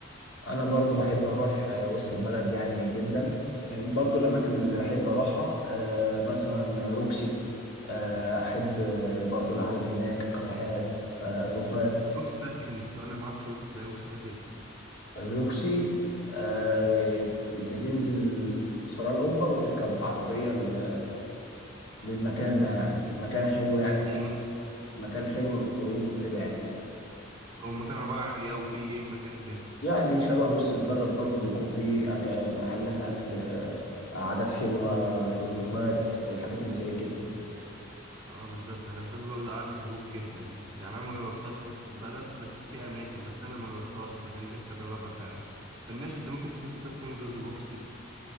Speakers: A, on the left; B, on the right.
A: برضو بحب اروح آه، وسط البلد يعني جدا آه، برضو الاماكن اللي بحب اروحها آه، مثلا روكسي آه، احب آه، برضو القعدات هناك الكافيهات آه، الروفات
B: وكس ده فين الصراحه انا ما اعرفش وكس ده وكس ده
A: روكسي آه، بتنزل سراء القبة وتركب عربية ل- للمكان ده يعني مكان حلو يعني في
B: فين
A: خ- مكان حلو للخروج وكده يعني
B: هما كانوا عبارة عن ايه وفي ايه المكان هناك
A: يعني شبه وسط البلد برضو بيكون فيه أك- محلات أكل آه، قعدات حلوة رفات الحاجات اللي زي كده
B: اه بالظبط انا بحب برضه قعدة الهروب جدا يعني انا ما جربتهاش في وسط البلد بس في اماكن بس انا ما جربتهاش فكان نفسي اجربها فعلا طب ماشي انت ممكن تحب تروح فين غير روكسي